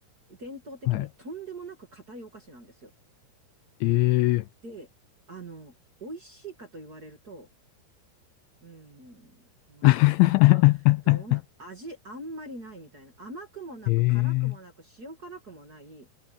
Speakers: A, on the right (about 35°); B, on the left (about 80°).
A: 伝統的にとんでもなく硬いお菓子なんですよ。
B: はい。えー、
A: で、あの、美味しいかと言われると、うーん、まあ、
B: <laughs>
A: <laughs> どうな、味あんまりないみたいな。甘くもなく、
B: えー、
A: 辛くもなく、塩辛くもない、